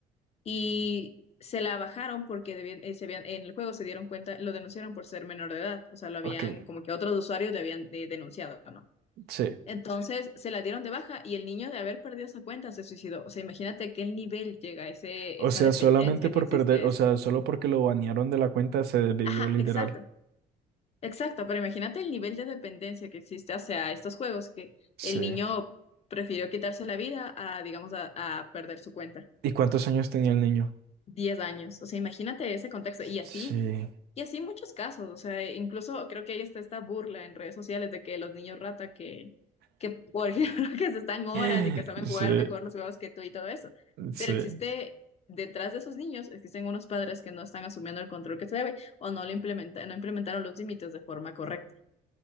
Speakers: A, on the left; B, on the right.
A: y se la bajaron porque debían- eh, se habían- en el juego se dieron cuenta, lo denunciaron por ser menor de edad, o sea, lo habían
B: Ok,
A: como que otros usuarios le habían de- denunciado, ¿no? Sí.
B: sí.
A: Entonces se la dieron de baja y el niño de haber perdido esa cuenta se suicidó. O sea, imagínate qué nivel llega ese,
B: O
A: esa
B: sea,
A: dependencia
B: solamente por
A: que existe
B: perder,
A: a
B: o
A: eso.
B: sea, solo porque lo banearon de la cuenta se desvivió
A: Ajá,
B: literal.
A: exacto, exacto, pero imagínate el nivel de dependencia que existe hacia estos juegos que
B: Sí.
A: el niño prefirió quitarse la vida a, digamos, a a perder su cuenta.
B: ¿Y cuántos años tenía el niño?
A: diez años. O sea, imagínate ese contexto. Y así,
B: Sí,
A: y así muchos casos. O sea, incluso creo que ahí está esta burla en redes sociales de que los niños rata que, que por ejemplo, <laughs> que se están horas
B: <gasps>
A: y que saben
B: <laughs> sí,
A: jugar mejor los juegos que tú y todo eso.
B: sí.
A: Pero existe, detrás de esos niños, existen unos padres que no están asumiendo el control que se debe o no lo implementa, no implementaron los límites de forma correcta.